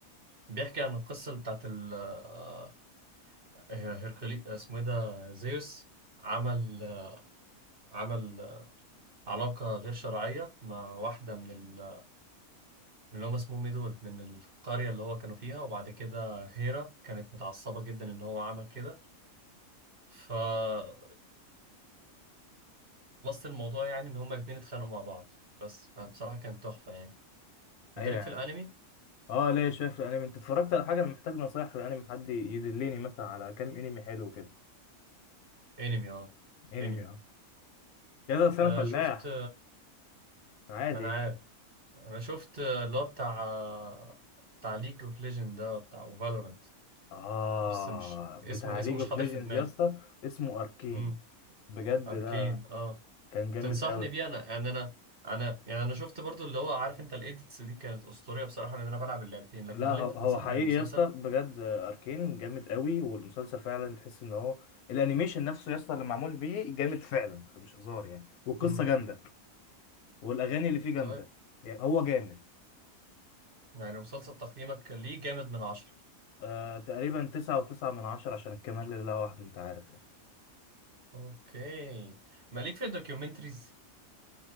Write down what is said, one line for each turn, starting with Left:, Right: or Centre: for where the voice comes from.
Right: بيحكي عن القصه اللي بتاعت ال آه، هيركلي آه، اسمه ايه ده زيوس عمل آه، عمل آه، علاقه غير شرعيه مع واحده من ال من اللي هم اسمهم ايه دول من القرية اللي هو كانوا فيها وبعد كده هيرا كانت متعصبة جدا ان هو عمل كده فخلاصة الموضوع يعني ان هما الاتنين اتخانقوا مع بعض بس فبصراحة كانت تحفة يعني
Left: ايوه
Right: انت ليك
Left: يعني
Right: في الانمي؟
Left: اه ليه شايف الانمي انت اتفرجت على حاجه انا محتاج نصايح في الانمي حد يدلني مثلا على كام انمي حلو كده
Right: انمي اه
Left: انمي
Right: انمي
Left: اه يا ده بس
Right: آه
Left: انا فلاح
Right: شفت
Left: عادي
Right: ما انا
Left: يعني
Right: عارف انا شفت آه، اللي هو بتاع آه، بتاع ليج اوف ليجند ده بتاع وفالورنت
Left: اه
Right: بس مش اسمه
Left: بتاع
Right: اسمه
Left: ليج
Right: مش
Left: اوف
Right: حاضر
Left: ليجندز
Right: في دماغي
Left: يا اسطى اسمه اركين
Right: امم
Left: بجد
Right: اركين
Left: ده
Right: اه
Left: كان جامد
Right: تنصحني
Left: قوي
Right: بيه انا يعني انا انا يعني انا شفت برضو اللي هو عارف انت الايديتس دي كانت اسطوريه بصراحه لان انا بلعب اللعبتين لكن
Left: لا
Right: هل
Left: هو
Right: انت
Left: هو
Right: تنصحني
Left: حقيقي
Right: بالمسلسل
Left: يا اسطى بجد اركين جامد قوي والمسلسل فعلا تحس ان هو الانيميشن نفسه يا اسطى اللي معمول بيه جامد فعلا مش هزار يعني والقصه
Right: امم
Left: جامده والاغاني اللي فيه جامده
Right: طيب
Left: يعني هو جامد
Right: يعني مسلسل تقييمك ليه جامد من عشرة
Left: آه تقريبا تسعة وتسعة من عشرة عشان الكمال لله وحده انت عارف يعني
Right: اوكي ماليك في الدوكيومنتريز